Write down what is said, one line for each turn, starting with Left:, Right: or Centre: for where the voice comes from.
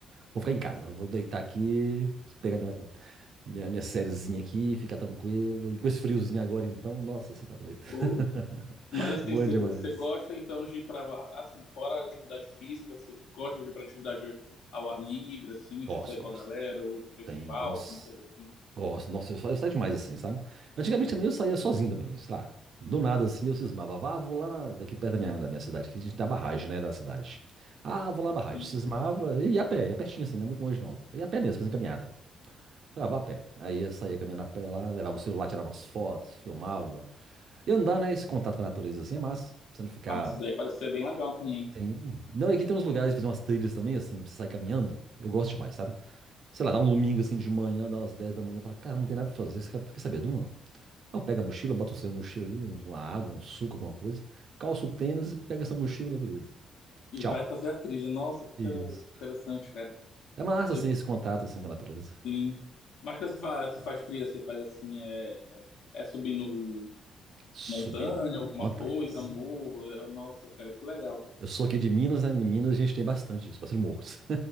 Right: Vou ficar em casa, eu vou deitar aqui, pegar minha, minha, minha sériezinha aqui, ficar tranquilo. E com esse friozinho agora, então, nossa, você tá doido.
Left: Ou-
Right: <laughs>
Left: Mas assim,
Right: Bom
Left: você
Right: demais.
Left: gosta então de ir para assim, fora a atividade física, você gosta de ir para atividade ao ar livre, assim,
Right: Gosto,
Left: tipo sair com
Right: gosto.
Left: a galera ou ir para festival,
Right: Tem, nossa,
Left: alguma coisa assim?
Right: gosto. Nossa, eu, sa- eu saio demais assim, sabe? Antigamente também eu saía sozinho também, sei lá. Do nada assim eu cismava, ah, vou lá na- daqui perto da minha, da minha cidade, que a gente tem a barragem, né, da cidade. Ah, vou lá na barragem.
Left: Sim.
Right: Cismava e ia a pé, ia pertinho assim, não é muito longe não. Eu ia a pé mesmo, fazia caminhada. Ah, vá a pé. Aí eu saía caminhando a pé lá, levava o celular, tirava umas fotos, filmava. E andar, né? Esse contato com a natureza assim é massa. Você não ficar
Left: Ah, mas isso daí parece ser bem legal também.
Right: Sim. Não, e aqui tem uns lugares, fazer umas trilhas também, assim, pra você sair caminhando. Eu gosto demais, sabe? Sei lá, dá um domingo assim de manhã, dá umas 10 da manhã, fala, cara, não tem nada pra fazer. Você quer quer saber de uma? Ah, eu pego a mochila, boto um sangue na mochila ali, uns- uma água, um suco, alguma coisa, calço o tênis e pega essa mochila, meu querido.
Left: E
Right: Tchau.
Left: vai fazer a trilha. Nossa, que
Right: Isso.
Left: coisa interessante, cara.
Right: É massa,
Left: Eu
Right: assim, esse contato, assim, com a natureza.
Left: Sim. Mas quando você faz, você faz trilha, você faz assim, é, é, é subindo
Right: Subir
Left: montanha, alguma
Right: montanhas.
Left: coisa, morro. é- Nossa, cara, que legal.
Right: Eu sou aqui de Minas, né? Em Minas a gente tem bastante isso, bastante morros.